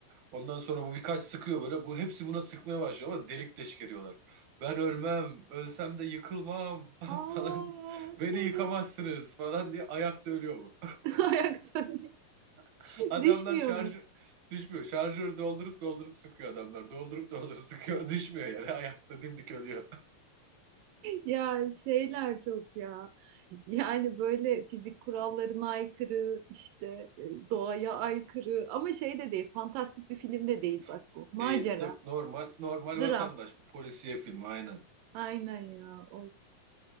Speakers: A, on the right; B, on the right.
A: Ondan sonra bu birkaç sıkıyor böyle. Bu hepsi buna sıkmaya başlıyor ama delik deşik ediyorlar. Ben ölmem, ölsem de yıkılmam
B: Aa,
A: <laughs> falan. Beni
B: evet.
A: yıkamazsınız falan diye ayakta ölüyor bu.
B: <laughs> Ayakta. <laughs>
A: <laughs> Adamlar
B: Düşmüyor
A: şarj
B: mu?
A: düşmüyor. Şarjörü doldurup doldurup sıkıyor adamlar. Doldurup doldurup sıkıyor. <laughs> Düşmüyor yani ayakta dimdik ölüyor.
B: Ya şeyler çok ya. Yani böyle fizik kurallarına aykırı, işte e, doğaya aykırı ama şey de değil, fantastik bir film de değil bak
A: <laughs>
B: bu. Macera,
A: Değil. Yok, normal normal
B: dram.
A: vatandaş bu polisiye filmi aynen.
B: Aynen ya. Of,